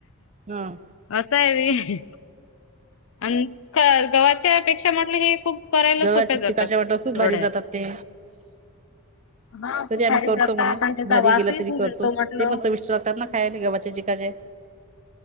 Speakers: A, on the right (about 30°); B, on the left (about 65°).
A: हा
B: असंय व्हय. आण गव्हाच्या पेक्षा म्हटलं हे खूप करायला
A: गव्हाच्या
B: सोप्या जातात
A: चिकाच्या वाटा खूप
B: कुरड्या.
A: भारी जातात ते.
B: हां,
A: तरी
B: खूप
A: आम्ही
B: भारी
A: करतो
B: जातात
A: म्हणा.
B: आणि त्याचा
A: भारी
B: वासही
A: गेला तरी
B: खूप
A: करतो.
B: येतो म्हटलं.
A: ते पण चविष्ट लागतात ना खायला. गव्हाच्या चिकाच्या.